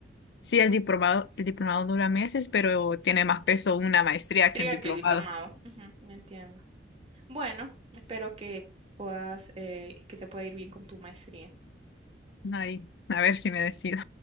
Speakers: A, on the left (about 65°); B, on the right (about 35°).
A: Sí, el diplomado, el diplomado dura meses, pero tiene más peso una maestría
B: Tría
A: que un diplomado.
B: que el diplomado. Ujú, ya entiendo. Bueno, espero que puedas, eh, que te pueda ir bien con tu maestría.
A: Ahí, a ver si me decido.